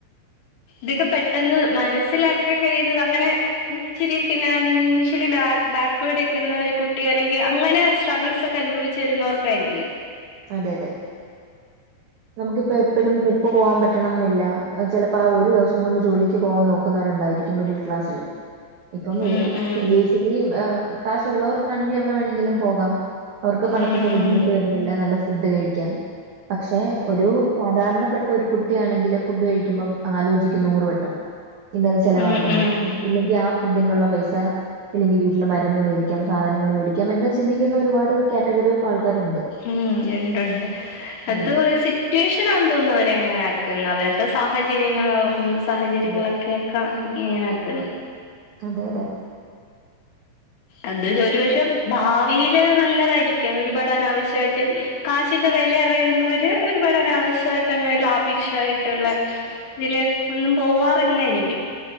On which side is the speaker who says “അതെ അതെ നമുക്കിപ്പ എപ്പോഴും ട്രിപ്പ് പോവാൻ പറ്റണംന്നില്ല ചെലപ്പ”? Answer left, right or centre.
Right